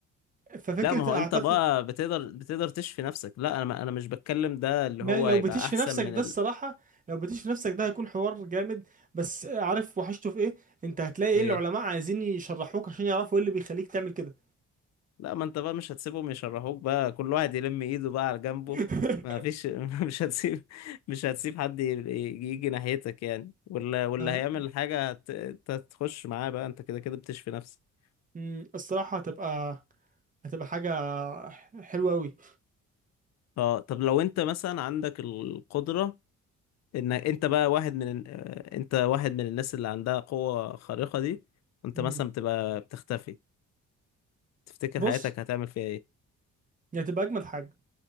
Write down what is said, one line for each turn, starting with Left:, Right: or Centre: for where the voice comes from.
Right: ففكرة
Left: لا ما هو
Right: اعتقد
Left: انت بقى بتقدر بتقدر تشفي نفسك لا انا ما انا مش بتكلم ده اللي
Right: ما
Left: هو
Right: لو
Left: هيبقى
Right: بتشفي
Left: احسن
Right: نفسك
Left: من
Right: ده
Left: ال...
Right: الصراحة لو بتشفي نفسك ده هيكون حوار جامد بس عارف وحشته في ايه انت هتلاقي ايه
Left: إيه؟
Right: العلماء عايزين يشرحوك عشان يعرفوا ايه اللي بيخليك تعمل كده
Left: لا ما انت بقى مش هتسيبهم يشرحوك بقى كل واحد يلم ايده بقى على جنبه
Right: <laughs>
Left: ما فيش <laughs> مش هتسيب مش هتسيب حد ي- يجي يجي ناحيتك يعني واللي واللي
Right: آه،
Left: هيعمل حاجة هت- انت هتخش معاه بقى انت كده كده بتشفي نفسك
Right: أمم، الصراحة هتبقى هتبقى حاجة حلوة أوي
Left: اه طب لو انت مثلا عندك القدرة ان انت بقى واحد من آه، انت واحد من الناس اللي عندها قوة خارقة دي وانت
Right: أمم.
Left: مثلا بتبقى بتختفي تفتكر
Right: بص
Left: حياتك هتعمل فيها ايه
Right: هي هتبقى أجمد حاجة